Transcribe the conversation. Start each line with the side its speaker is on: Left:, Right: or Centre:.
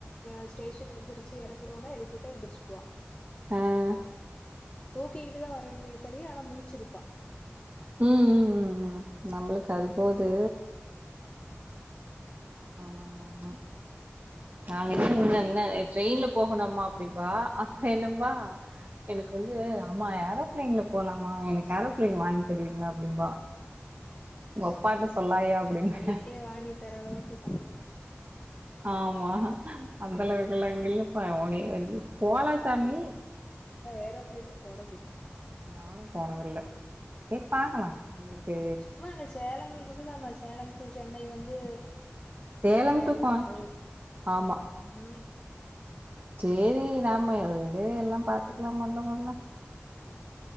Left: ஆஹ் ஸ்டேஷன் வந்துருச்சு இறங்குறோனா எழுப்பிவிட்ட எந்துருச்சிக்குவா
Right: ஆஹ்
Left: தூக்கிக்கிட்டு தா வரவணுமே தோளியே ஆனா முளிச்சிருப்பா
Right: உம் உம் உம் உம் நம்மளுக்கு அது போது ஆமா ஆமா ஆமா ஆமா நாங்க என்ன செய்வோன்ன ட்ரெயின்ல போகணுமா அப்டின்பா அப்புறோ என்னபா எனக்கு வந்து அம்மா ஏரோப்பிளைன்ல போலாமா எனக்கு ஏரோ ஏரோப்பிளையன் வாங்கி தருவீங்களா அப்டிம்பா உங்க அப்பாட்ட சொல்லாயா அப்டிம்பே
Left: பிளைட்டே வாங்கி தர அளவுக்கு சம்பதி
Right: ஆமா அந்த அளவுக்குள்ளாம் இங்க இல்ல பவுனே இது போலாம் சாமி
Left: ஏரோப்பிளேன்ல போனது இல்ல
Right: நானும் போனதில்ல சேரி பாக்கலா நம்மளுக்கு
Left: சும்மா அங்க சேலம் இருக்குதா மா சேலம் டு சென்னை வந்து
Right: சேலம்
Left: ரெண்டாயிர
Right: டு
Left: ரூபா
Right: கோ
Left: அ
Right: ஆமா
Left: உஹம்
Right: சேரி நாம விடவே எல்லா பாத்துக்கலாம் பண்ணலா பண்ணலா